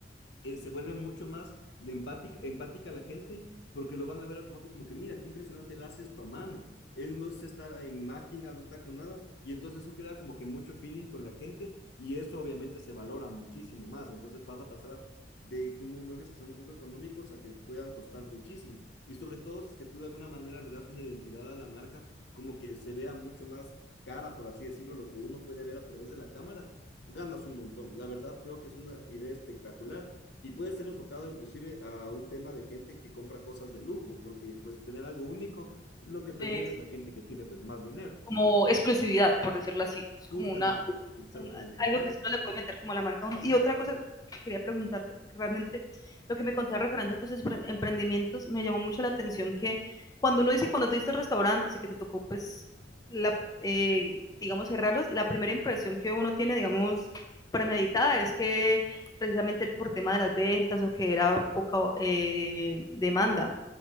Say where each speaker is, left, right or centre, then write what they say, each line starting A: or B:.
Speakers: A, on the left; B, on the left.
A: eh, se vuelve mucho más de empática, empática a la gente porque lo van a ver a tu papi como que, mira, qué impresionante, él hace esto a mano. Él no está en máquinas, no está con nada. Y entonces eso crea como que mucho feeling con la gente y eso obviamente se valora muchísimo más. Entonces vas a pasar a, de como muebles que son un poco económicos a que puedan costar muchísimo. Y sobre todo si es que tú de alguna manera le das una identidad a la marca como que se vea mucho más cara, por así decirlo, lo que uno puede ver a través de la cámara, ganas un montón. La verdad creo que es una idea espectacular y puede ser enfocado inclusive a un tema de gente que compra cosas de lujo, porque pues tener algo único es lo que prefiere
B: eh,
A: la gente que tiene pues más dinero.
B: como exclusividad, por decirlo así.
A: Justamente,
B: Es como una,
A: exactamente,
B: una-
A: ajá.
B: algo que solo le puede meter como a la marca a uno. Y otra cosa que quería preguntarte, porque realmente lo que me contaba referente a tus emprendimientos me llamó mucho la atención que cuando uno dice, cuando tuviste restaurantes y que te tocó, pues, la, eh, digamos, cerrarlos, la primera impresión que uno tiene, digamos, premeditada es que precisamente por tema de las ventas o que era poca eh, demanda